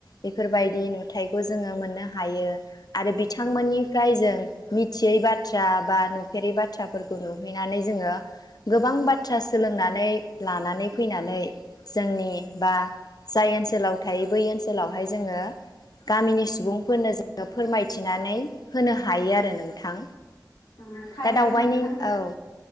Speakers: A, on the left; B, on the left.
A: बेफोरबायदि नुथखौ जोङो मोननो हायो आरो बिथांमोननिफ्राय जों मिथियै बाथ्रा बा नुफेरै बाथ्राफोरखौ नुहैनानै जोङो गोबां बाथ्रा सोलोंनानै लानानै फैनानै जोंनि बा जाय ओनसोलाव थायो बै ओनसोलावहाय जोङो गामिनि सुबुंफोरनो जोङो फोरमायथिनानै होनो हायो। नोंथां
B: ओ थारैनो
A: दा दावबायन
B: नोंथां
A: औ।